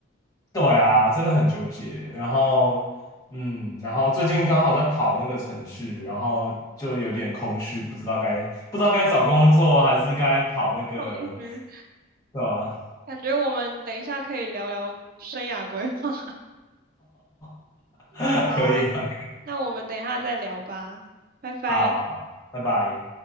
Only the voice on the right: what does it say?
同时，
感觉我们等一下可以聊聊生涯规划。
<laughs> 好啊，
那我们等一下再聊吧，拜拜。